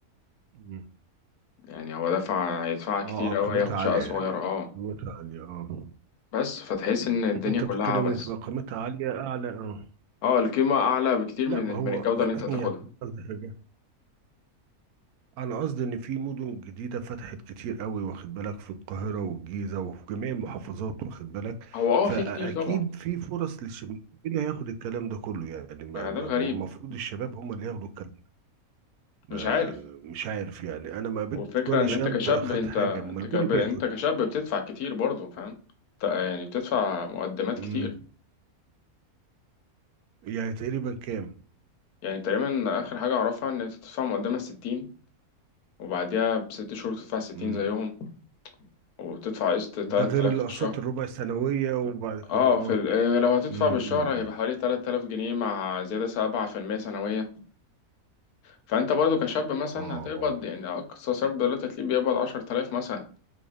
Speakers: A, on the right; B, on the left.
A: مم.
B: يعني هو دفع هيدفع كتير
A: اه اه قيمتها
B: أوي هياخد
A: عالية
B: شقة صغيرة
A: يعني
B: اه
A: قيمتها عالية اه
B: بس فتحس إن الدنيا
A: <clears throat> انت
B: كلها
A: بتتكلم
B: عبث
A: ان تبقى قيمتها عالية اعلى اه
B: اه القيمة أعلى بكتير
A: لا
B: من
A: ما هو
B: من الجودة اللي
A: <clears throat>
B: أنت هتاخدها
A: يعني قصدي حاجة انا قصدي ان في مدن جديدة فتحت كتير قوي واخد بالك في القاهرة والجيزة وفي جميع المحافظات واخد بالك
B: هو اه
A: فاكيد
B: في كتير طبعا
A: في فرص للشباب مين اللي هياخد الكلام ده كله يعني ما
B: ما
A: ما-
B: ده الغريب
A: ما المفروض الشباب هم اللي ياخدوا الكلام ما
B: مش عارف
A: مش عارف يعني انا ما قابلتش
B: والفكرة
A: ولا
B: إن
A: شاب
B: أنت كشاب
A: خد
B: أنت
A: حاجة امال
B: أنت
A: مين
B: كب...
A: اللي
B: أنت
A: بياخد
B: كشاب بتدفع كتير برضه فاهم أنت يعني بتدفع مقدمات
A: امم
B: كتير
A: يعني تقريبا كام
B: يعني تقريبا آخر حاجة أعرفها إن أنت تدفع مقدمة ستين وبعديها بست شهور تدفع ستين
A: امم
B: زيهم وبتدفع قسط تلات
A: ده غير
B: آلاف
A: الاقساط
B: في الشهر
A: الربع السنويه آه. وبعد كده
B: اه
A: اه
B: في ال- آه، لو هتدفع
A: امم
B: بالشهر
A: امم
B: هيبقى حوالي 3000 جنيه مع زيادة 7% سنوية فانت برضو كشاب مثلا
A: اه
B: هتقبض
A: اه
B: يعني اقصى سبب دلوقتي هتلاقيه بيقبض 10000 مثلا